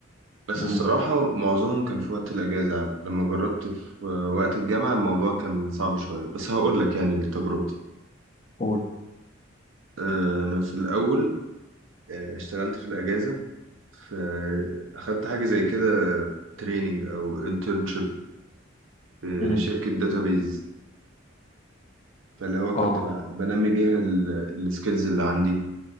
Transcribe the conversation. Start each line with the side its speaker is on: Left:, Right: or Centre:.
Right: بس
Left: امم
Right: الصراحه معظمهم كان في وقت الاجازه يعني. لما جربت في آه، وقت الجامعه الموضوع كان صعب شويه بس هقول لك يعني تجربتي
Left: قول
Right: آه، انا في الاول آه، اشتغلت في الاجازه في آه، اخدت حاجه زي كده تريننج او انترنشيب في
Left: مم.
Right: شركه داتابيز فاللي هو كنت
Left: اه
Right: ب- بنمي بيها السكيلز اللي عندي